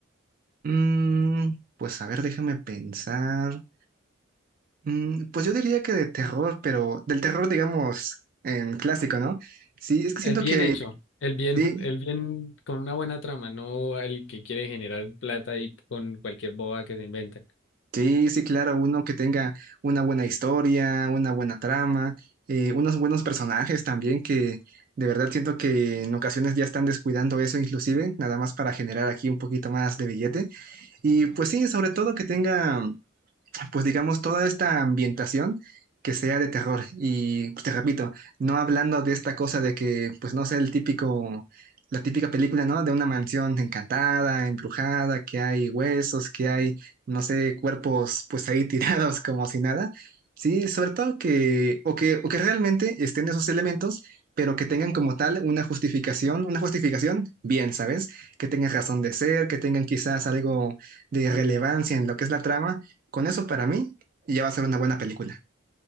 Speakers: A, on the right; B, on the left.
A: Mm, pues a ver, déjame pensar. Mm, Pues yo diría que de terror, pero del terror, digamos, em, clásico, ¿no? Sí, es que siento
B: El bien
A: que
B: hecho, el bien,
A: sí,
B: el bien con una buena trama, no el que quiere generar plata y con cualquier boba que se inventa.
A: sí, sí, claro, uno que tenga una buena historia, una buena trama, eh, unos buenos personajes también, que de verdad siento que en ocasiones ya están descuidando eso inclusive, nada más para generar aquí un poquito más de billete. Y pues sí, sobre todo que tenga pues digamos, toda esta ambientación que sea de terror. Y pues, te repito, no hablando de esta cosa de que, pues no sé, el típico, la típica película, ¿no? De una mansión encantada, embrujada, que hay huesos, que hay, no sé, cuerpos pues ahí <laughs> tirados como si nada. Sí, sobre todo que, o que, o que realmente estén esos elementos, pero que tengan como tal una justificación, una justificación bien, ¿sabes? Que tengan razón de ser, que tengan quizás algo de relevancia en lo que es la trama, con eso para mí ya va a ser una buena película.